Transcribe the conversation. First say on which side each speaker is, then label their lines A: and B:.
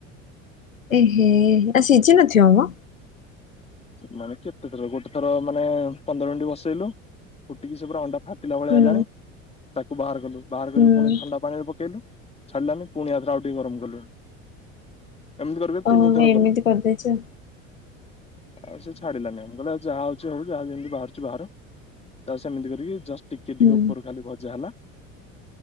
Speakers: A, on the left; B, on the left.
A: ଏ ହେ ଆ ସିଝି ନ ଥିବ ମ
B: ମାନେ କେତେଥର ଗୋଟେ ଥର ମାନେ ପନ୍ଦର ମିନିଟ ବସେଇଲୁ। ଫୁଟିକି ସେ ପୁରା ଅଣ୍ଡା ଫାଟିଲା ଭଳିଆ
A: ହୁଁ
B: ହେଲାଣି ତାକୁ ବାହାର କଲୁ ବାହାର କରିବି
A: ହୁଁ
B: ପୁଣି ଥଣ୍ଡା ପାଣିରେ ପକେଇଲୁ ଛଡ଼ିଲାନି ପୁଣି ଆଉଥରେ ଗରମ କଲୁ ଏମିତି କରି କରି ତିନି
A: ଓ
B: ଥର
A: ଏମିତି
B: କଲୁ
A: କରିଦେଇଚ।
B: ଆଉ ସେ ଛାଡିଲାନି ଆମେ କହିଲ ଯାହା ହଉଚି ହଉ ଯାହା ଯେମିତି ବାହାରୁଛି ବାହାରୁ ତାକୁ ସେମିତି କରିକି ଯଷ୍ଟ ଟିକେ
A: ହୁଁ
B: ଟିକେ ଉପର ଖାଲି ଭଜା ହେଲା।